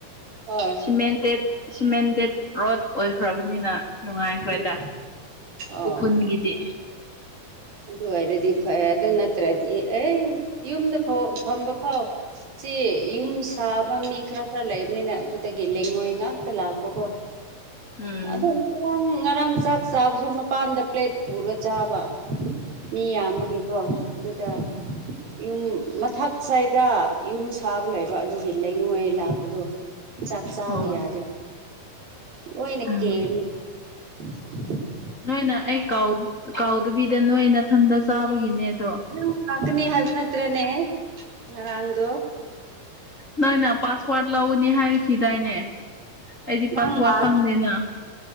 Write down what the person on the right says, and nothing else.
ꯍꯣꯏ
ꯎꯝ ꯑꯣ
ꯑꯗꯨ ꯑꯣꯏꯔꯗꯤ ꯐꯩ ꯑꯗꯨ ꯅꯠꯇ꯭ꯔꯗꯤ ꯑꯩ ꯌꯨꯝꯗ ꯐꯝꯕ ꯐꯥꯎ ꯁꯤ ꯌꯨꯝ ꯁꯥꯕ ꯃꯤ ꯈꯔ ꯈꯔ ꯂꯩꯕꯅꯤꯅ ꯑꯗꯨꯗꯒꯤ ꯂꯩꯦꯡꯉꯣꯏ ꯉꯥꯛꯇ ꯂꯥꯛꯄꯀꯣ
ꯑꯗꯨꯝ ꯉꯥꯡ ꯉꯔꯥꯡ ꯆꯥꯛ ꯆꯥꯕꯁꯨ ꯃꯄꯥꯟꯗ ꯄ꯭ꯂꯦꯠ ꯄꯨꯔꯒ ꯆꯥꯕ ꯃꯤ
ꯌꯥꯝꯕꯒꯤꯀꯣ ꯑꯗꯨꯗ
ꯌꯨꯝ ꯃꯊꯛ ꯆꯥꯏꯗ ꯌꯨꯝ ꯁꯥꯕ ꯂꯩꯕ ꯑꯗꯨꯒꯤ ꯂꯩꯉꯣꯏ ꯂꯥꯛ ꯀꯗꯣ ꯆꯛ ꯁꯥꯥꯕꯤ
ꯌꯥꯔ ꯑꯣꯏꯅꯤ
<inaudible>
ꯅꯪ ꯂꯥꯛꯀꯅꯤ ꯍꯥꯏꯕ ꯅꯠꯇ꯭ꯔꯦꯅꯦ ꯉꯔꯥꯡꯗꯣ
ꯅꯪ
ꯂꯥꯛ